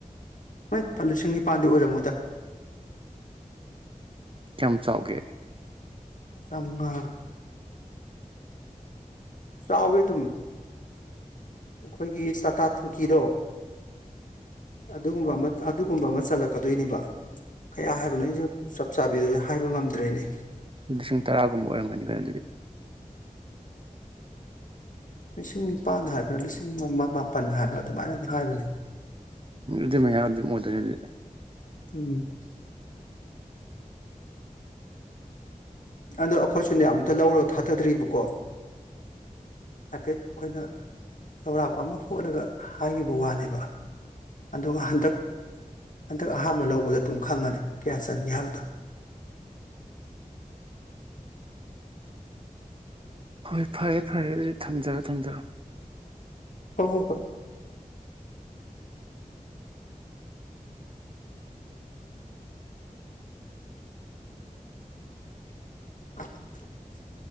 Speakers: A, on the left; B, on the right.
A: ꯃꯥꯏ ꯂꯤꯁꯤꯡ ꯅꯤꯄꯥꯟꯗꯤ ꯑꯣꯏꯔꯝꯃꯣꯏꯗ
B: ꯀꯌꯥꯝ ꯆꯥꯎꯒꯦ
A: ꯆꯧꯉꯥ ꯆꯥꯎꯋꯦ ꯑꯗꯨꯝ ꯑꯩꯈꯣꯏꯒꯤ ꯆꯥꯇꯥ ꯇꯤꯡꯀꯤꯗꯣ ꯑꯗꯨꯒꯨꯝꯕ ꯑꯃ ꯑꯗꯨꯒꯨꯝꯕ ꯑꯃ ꯆꯜꯂꯛꯀꯗꯣꯏꯅꯦꯕ ꯀꯌꯥ ꯍꯥꯏꯕꯅꯣ ꯑꯩꯁꯨ ꯆꯞ ꯆꯥꯕꯤꯗꯣ ꯑꯩ ꯍꯥꯏꯕ ꯉꯝꯗ꯭ꯔꯦꯅꯦ
B: ꯂꯤꯁꯤꯡ ꯇꯔꯥꯒꯨꯝꯕ ꯑꯣꯏꯔꯝꯒꯅꯤ ꯀꯩꯅꯣ ꯑꯗꯨꯗꯤ
A: ꯂꯤꯁꯤꯡ ꯅꯤꯄꯥꯥꯟ ꯍꯥꯏꯕ꯭ꯔꯥ ꯂꯤꯁꯤꯡ ꯃ ꯃꯥꯄꯟ ꯍꯥꯏꯕ꯭ꯔꯥ ꯑꯗꯨꯃꯥꯏꯅꯗꯤ ꯍꯥꯏꯕꯅꯦ
B: ꯎ ꯑꯗꯨ ꯃꯌꯥꯗꯤ ꯑꯗꯨꯝ ꯑꯣꯏꯗꯣꯏꯅꯦ ꯑꯗꯨꯗꯤ
A: ꯎꯝ ꯑꯗꯣ ꯑꯩꯈꯣꯏꯁꯨꯅꯦ ꯑꯝꯇ ꯂꯧꯔꯒ ꯊꯥꯗꯗ꯭ꯔꯤꯕꯀꯣ ꯍꯥꯏꯐꯦꯠ ꯑꯩꯈꯣꯏꯅ ꯆꯥꯎꯔꯥꯛꯄ ꯑꯃ ꯍꯣꯠꯂꯒ ꯍꯥꯏꯒꯤꯕ ꯋꯥꯅꯦꯕ ꯑꯗꯨꯒ ꯍꯟꯗꯛ ꯍꯟꯗꯛ ꯑꯍꯥꯟꯕ ꯂꯧꯕꯗ ꯑꯗꯨꯝ ꯈꯪꯉꯅꯤ ꯀꯌꯥ ꯆꯟꯒꯦ ꯍꯥꯏꯕꯗꯣ
B: ꯍꯣꯏ ꯐꯔꯦ ꯐꯔꯦ ꯑꯗꯨꯗꯤ ꯊꯝꯖꯔꯣ ꯊꯝꯖꯔꯣ
A: ꯍꯣ ꯍꯣ ꯍꯣꯏ <inaudible>